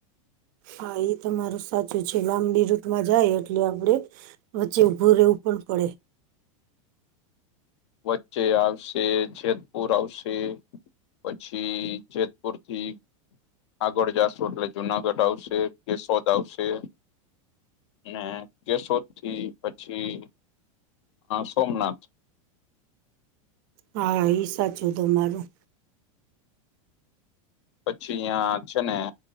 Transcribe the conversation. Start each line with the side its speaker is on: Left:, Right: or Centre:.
Right: હા એ તમારું સાચું છે લાંબી રૂટમાં જાય એટલે આપડે. વચ્ચે ઊભું રહેવું પણ પડે.
Left: વચ્ચે આવશે જેતપુર આવશે. પછી જેતપુર થી. આગળ જાશું એટલે જુનાગઢ આવશે કેશોદ આવશે. અને કેશોદ થી પછી સોમનાથ.
Right: હા એ સાચું તમારું.
Left: પછી અયાં છે ને